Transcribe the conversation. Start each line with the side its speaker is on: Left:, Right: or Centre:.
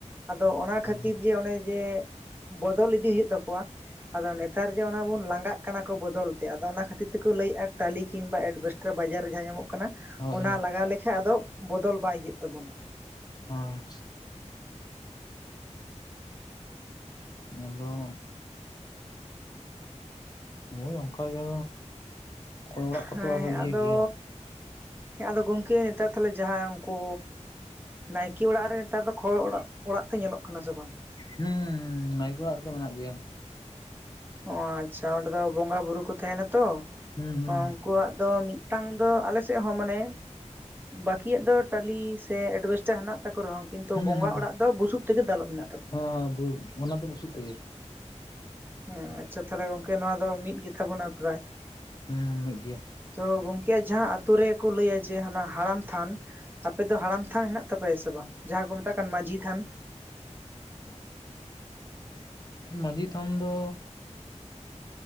Right: ᱟᱫᱚ ᱚᱱᱟ ᱠᱷᱟᱹᱛᱤᱨ
Left: ᱦᱳᱭ
Right: ᱡᱮ ᱚᱱᱮ ᱡᱮ ᱵᱚᱫᱚᱞ ᱤᱫᱤ ᱦᱩᱭᱩᱜ ᱛᱟᱠᱚᱣᱟ, ᱟᱫᱚ ᱱᱮᱛᱟᱨ ᱡᱮ ᱚᱱᱟ ᱵᱩᱱ ᱞᱟᱸᱜᱟᱜ ᱠᱟᱱᱟ ᱠᱚ ᱵᱚᱫᱚᱞ ᱛᱮ, ᱟᱫᱚ ᱚᱱᱟ ᱠᱷᱟᱹᱛᱤᱨ ᱛᱮᱠᱚ ᱞᱟᱹᱭᱮᱫᱼᱟ ᱴᱟᱞᱤ ᱠᱤᱵᱟ ᱮᱰᱵᱷᱮᱥᱴᱟᱨ ᱵᱟᱡᱟᱨ ᱨᱮ ᱡᱟᱦᱟᱸ ᱧᱟᱢᱚᱜ ᱠᱟᱱᱟ
Left: ᱦᱳᱭ
Right: ᱚᱱᱟ ᱞᱟᱜᱟᱣ ᱞᱮᱠᱷᱟᱡ ᱟᱫᱚ ᱵᱚᱫᱚᱞ ᱵᱟᱭ ᱦᱳᱭᱩᱜ ᱛᱟᱵᱚᱱᱟ ᱾
Left: ᱦᱚᱸ ᱢᱮᱱ ᱫᱚ ᱦᱳᱭ ᱚᱱᱠᱟ ᱜᱮ ᱠᱷᱚᱲ ᱚᱲᱟᱜ ᱠᱚᱛᱚ
Right: ᱦᱮᱸ
Left: ᱟᱨᱚ ᱤᱭᱟᱹ
Right: ᱟᱫᱚ
Left: ᱜᱮᱭᱟ᱾
Right: ᱦᱮᱸ ᱟᱫᱚ ᱜᱚᱢᱠᱮ ᱱᱮᱛᱟᱨ ᱛᱟᱦᱚᱞᱮ ᱡᱟᱦᱟᱸ ᱩᱱᱠᱩ ᱱᱟᱭᱠᱮ ᱚᱲᱟᱜ ᱨᱮ ᱱᱮᱛᱟᱨ ᱫᱚ ᱠᱷᱚᱲᱚ ᱚᱲᱟᱜ ᱚᱲᱟᱜ ᱛᱮ ᱧᱮᱞᱚᱜ ᱠᱟᱱᱟ ᱥᱮ ᱵᱟᱝ?
Left: ᱦᱩᱸᱻ ᱱᱟᱭᱤᱠ ᱚᱲᱟᱜ ᱨᱮᱫᱚ ᱢᱮᱱᱟᱜ ᱜᱮᱭᱟ᱾
Right: ᱚ ᱟᱪᱪᱷᱟ ᱚᱸᱰᱮ ᱫᱚ ᱵᱚᱸᱜᱟ ᱵᱩᱨᱩ ᱠᱚ ᱛᱟᱦᱮᱱᱟ ᱛᱚ,
Left: ᱦᱩᱸ ᱦᱩᱸ
Right: ᱩᱱᱠᱩᱣᱟᱜ ᱫᱚ ᱢᱤᱫ ᱢᱤᱫᱴᱟᱝ ᱫᱚ ᱟᱞᱮ ᱥᱮᱫ ᱦᱚᱸ ᱢᱟᱱᱮ ᱵᱟᱹᱠᱤᱭᱟᱜ ᱫᱚ ᱴᱟᱹᱟᱞᱤ ᱥᱮ ᱮᱰᱵᱮᱥᱴᱟᱨ ᱦᱮᱱᱟᱜ ᱛᱟᱠᱚ ᱨᱮᱦᱚᱸ ᱩᱱ ᱠᱤᱱᱛᱩ
Left: ᱦᱩᱸ
Right: ᱵᱚᱸᱜᱟ
Left: ᱦᱩᱸ
Right: ᱚᱲᱟᱜ ᱫᱚ ᱵᱩᱥᱩᱵ ᱛᱮ ᱜᱮ ᱫᱟᱞᱚᱵ ᱢᱮᱱᱟᱜᱼᱟ᱾
Left: ᱦᱚᱸ ᱦᱚᱸ ᱚᱱᱟ ᱫᱚ ᱵᱩᱥᱩᱵ ᱛᱮᱜᱮ ᱾
Right: ᱦᱮᱸ ᱟᱪᱪᱷᱟ ᱛᱟᱦᱞᱮ ᱜᱚᱝᱠᱮ ᱱᱚᱣᱟ ᱫᱚ ᱢᱤᱫ ᱜᱮ ᱛᱟᱵᱚᱱᱟ ᱯᱨᱟᱭ ᱾
Left: ᱦᱩᱸ ᱢᱤᱫ ᱜᱮᱭᱟ
Right: ᱛᱚ ᱜᱚᱝᱠᱮ ᱡᱟᱦᱟᱸ ᱟᱹᱛᱳ ᱨᱮᱠᱚ ᱞᱟᱹᱭᱟ ᱡᱮ ᱦᱟᱱᱟ ᱦᱟᱲᱟᱢ ᱛᱷᱟᱱ ᱟᱯᱮ ᱫᱚ ᱦᱟᱲᱟᱢ ᱛᱷᱟᱱ ᱦᱮᱱᱟᱜ ᱛᱟᱯᱮᱭᱟ ᱥᱮ ᱵᱟᱝ? ᱡᱟᱦᱟᱸ ᱠᱚ ᱢᱮᱛᱟᱜ ᱠᱟᱱ ᱢᱟᱺᱡᱷᱤ ᱛᱷᱟᱱ
Left: ᱢᱟᱹᱡᱷᱤ ᱛᱷᱟᱱ ᱫᱚ